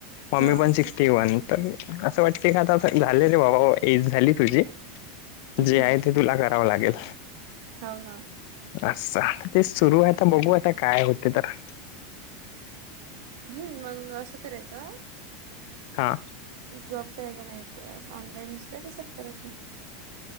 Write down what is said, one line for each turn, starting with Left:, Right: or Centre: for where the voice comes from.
Left: मम्मी
Right: हा
Left: पण सिक् ी वन तर असं वाटते का आता झालेले बाबा एज झाली तुझी
Right: हम्म.
Left: जे आहे ते तुला करावं लागेल
Right: हो ना
Left: अस ते सुरू आहे आता बघू आता काय होते तर
Right: हम्म मग असं करायचं
Left: हा
Right: जॉब कयचा नाही तर ऑनलाईन स्टडी सर्च करायचं